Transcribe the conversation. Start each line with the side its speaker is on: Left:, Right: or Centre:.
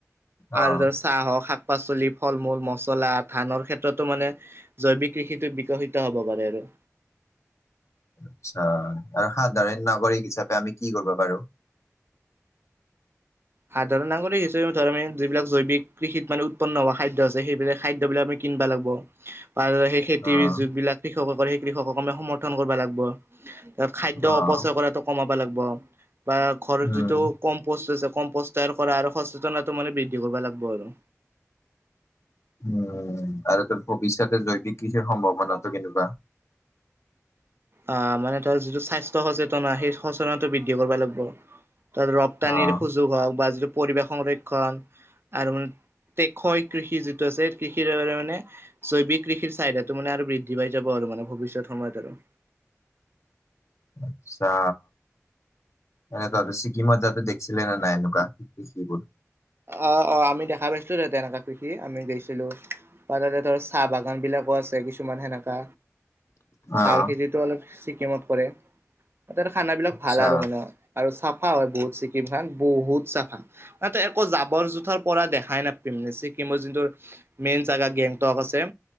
Left: অ',
Right: আৰু ধৰ চাহ হওক শাক পাচলি ফল মূল মচলা ধানৰ ক্ষেত্ৰতো মানে জৈৱিক কৃষিতো বিকশিত হব পাৰে আৰু
Left: আচ্ছা আৰু সাধাৰণ নাগৰিক হিচাপে আমি কি কৰিব পাৰো
Right: সাধাৰণ নাগৰিক হিচাপে ধৰ আম যিবিলাক জৈৱিক কৃষিত মানে উৎপন্ন হোৱা খাদ্য আছে সেইবিলাক খাদ্য বিলাক আমি কিনবা লাগিব পাল খেতি
Left: অ',
Right: যত বিলাক কৃষক কৰে সেই কৃষকক আমি সমৰ্থন কৰিব লাগব ত খাদ্য
Left: অ',
Right: অপচয় কৰাত কমাব লাগব, বা ঘৰত
Left: উম,
Right: যিটো কম পষ্ট পষ্টাৰ কৰা, আৰু হস্পিতাল মানে বৃদ্ধি কৰিব লাগিব, আৰু।
Left: উম, আৰু তোৰ ভৱিষ্যতে জৈৱিক কৃষিৰ সম্ভাৱনাটো কেনেকুৱা?
Right: আ, মানে তোৰ যিটো স্বাস্থ্য সচেতনা, সেই সচেতনটো বৃদ্ধি কৰিব লাগিব। ৰপ্তানিৰ
Left: অ',
Right: সুযোগ হওক, বা যিটো পৰিৱেশ সংৰক্ষণ, আৰু মানে কৃষি যিটো আছে, কৃষিৰ মানে জৈৱিক কৃষিৰ চাহিদাটো, মানে, আৰু বৃদ্ধি পাই যাব, আৰু মানে ভৱিষ্যত সময়ত আৰু।
Left: আচ্ছা। এনে, তহতে ছিকিমত যাওঁতে দেখিছিলে নে নাই, এনেকুৱা কৃষিবোৰ?
Right: অ, অ আমি দেখা পাইছিলো। তাতে এনেকুৱা কৃষি আমি দেখছিলো, বা তাতে ধৰ চাহ বাগানবিলাকো আছে, কিছুমান সেনেকা চাহৰ
Left: অ',
Right: খেতি। অলপ ছিকিমত পৰে, তাতে খানাবিলাক
Left: আচ্ছা
Right: ভাল, আৰু মানে। আৰু চাফা হয় বহুত ছিকিমখন বহুত চাফা। জাবৰ-জোঁথৰ পৰা দেখায়ে ছিকিমৰ যোনটো মেইন জেগা, গেংটক আছে।